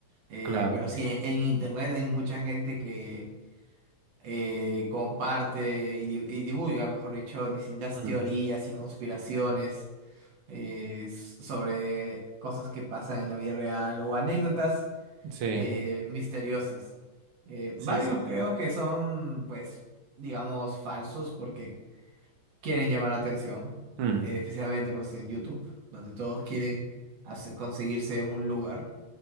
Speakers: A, on the right; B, on the right.
A: Eh,
B: Claro.
A: pero sí, en, en internet hay mucha gente que eh, comparte y, di- y divulga, mejor dicho, distintas
B: Mm,
A: teorías y conspiraciones eh, s- sobre cosas que pasan en la vida real o anécdotas
B: Sí,
A: eh, misteriosas. Eh, varios
B: sí, sí,
A: creo
B: sí.
A: que son, pues, digamos, falsos porque quieren llamar la atención,
B: Mm,
A: eh, especialmente pues en YouTube, donde todos quieren hacer- conseguirse un lugar.